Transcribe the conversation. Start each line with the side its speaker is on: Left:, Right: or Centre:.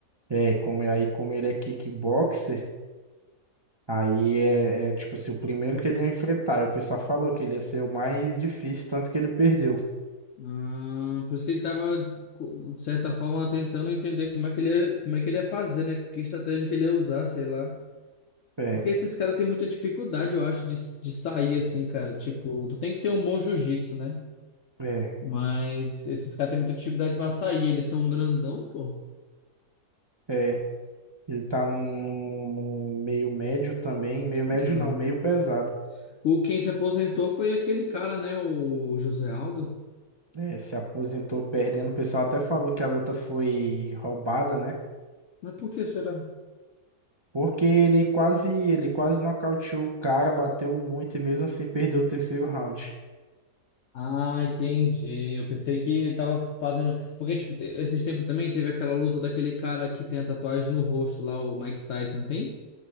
Right: é, é, como aí como ele é kickboxer, aí é, é tipo assim, o primeiro que ele ia enfrentar. Aí o pessoal falou que ele ia ser o mais difícil, tanto que ele perdeu.
Left: Ah, por isso que ele estava, de certa forma, tentando entender como é que ele ia, como é que ele ia fazer, né? Que estratégia que ele ia usar, sei lá.
Right: É,
Left: Porque esses caras têm muita dificuldade, eu acho, de, de sair assim, cara. Tipo, tu tem que ter um bom jiu-jitsu, né?
Right: é.
Left: Mas esses caras têm muita dificuldade pra sair. Eles são um grandão, pô.
Right: É, Ele tá num, num- meio médio também. Meio médio
Left: Hum.
Right: não, meio pesado.
Left: O quem se aposentou foi aquele cara, né? O José Aldo.
Right: É, se aposentou perdendo. O pessoal até falou que a luta foi roubada, né?
Left: Mas por que será?
Right: Porque ele quase, ele quase nocauteou o cara, bateu muito e mesmo assim perdeu o terceiro round.
Left: Ah, entendi. Eu pensei que ele tava fazendo. Porque, tipo, te- esses tempos também teve aquela luta daquele cara que tem a tatuagem no rosto lá, o Mike Tyson tem.